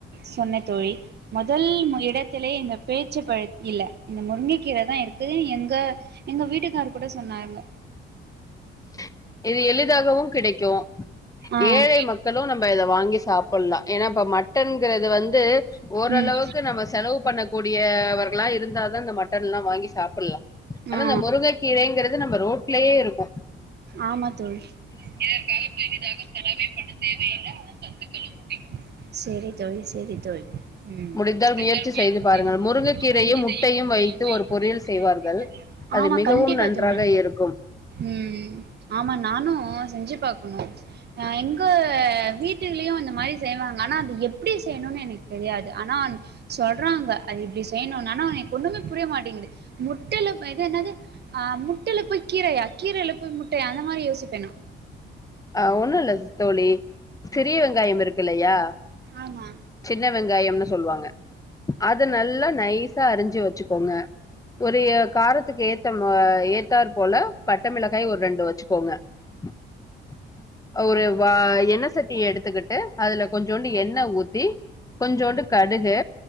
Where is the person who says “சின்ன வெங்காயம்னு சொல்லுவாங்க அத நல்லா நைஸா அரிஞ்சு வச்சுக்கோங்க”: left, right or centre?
Left